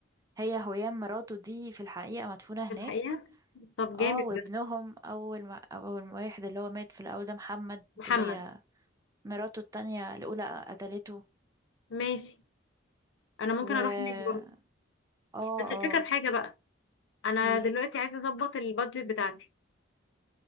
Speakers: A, on the right; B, on the left.
A: هي هيام مراته دي في الحقيقة مدفونة
B: في
A: هناك
B: الحقيقه طب جامد
A: اه وابنهم
B: ده
A: اول ما اول ما واحد اللي هو مات في الاول ده محمد
B: محمد
A: اللي هي مراته التانية الاولى قتلته
B: ماشي انا ممكن
A: و اه
B: اروح هناك برضه
A: اه
B: بس الفكره في حاجه بقى انا
A: ايه
B: دلوقتي عايزه اظبط البادجت بتاعتي